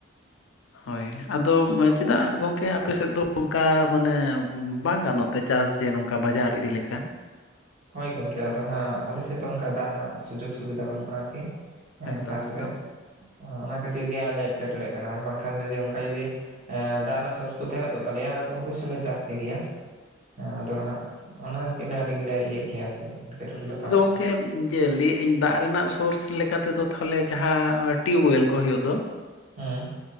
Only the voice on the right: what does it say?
ᱦᱳᱭ ᱜᱚᱝᱠᱮ ᱟᱫᱚ ᱦᱟᱸᱜ ᱟᱞᱮ ᱥᱮᱫ ᱫᱚ ᱚᱱᱠᱟ ᱫᱟᱜ ᱨᱮᱱᱟᱜ ᱥᱩᱡᱳᱜᱽ ᱥᱩᱵᱤᱫᱷᱟ ᱵᱟᱹᱱᱩᱜᱼᱟ ᱟᱨᱠᱤ᱾ ᱦᱮᱸ
ᱪᱟᱥ
ᱨᱮ, ᱚᱱᱟ ᱠᱷᱟᱹᱛᱤᱨ ᱜᱮ ᱟᱞᱮ ᱮᱴᱠᱮ ᱴᱚᱬᱮ ᱠᱟᱱᱟ ᱟᱨ ᱵᱟᱝᱠᱷᱟᱱ <inaudible> ᱚᱱᱠᱟ ᱡᱩᱫᱤ᱾ ᱮ ᱫᱟᱜ ᱨᱮᱱᱟᱜ ᱥᱳᱥ ᱠᱚ ᱛᱟᱦᱮᱸ ᱠᱚᱜ ᱛᱟᱞᱮᱭᱟ ᱟᱨ ᱚᱵᱚᱥᱥᱳᱭ ᱞᱮ ᱪᱟᱥ ᱠᱮᱜᱮᱭᱟ᱾ ᱦᱮᱸ ᱟᱫᱚ ᱦᱟᱸᱜ ᱚᱱᱟ ᱜᱮᱞᱮ ᱟᱹᱰᱤ ᱜᱮᱞᱮ ᱤᱭᱟᱹᱜ ᱜᱮᱭᱟ ᱟᱨᱠᱤ᱾ ᱮᱴᱠᱮᱴᱚᱬᱮ ᱞᱮ ᱯᱟᱲᱟᱜ
ᱜᱮᱭᱟ
ᱦᱮᱸ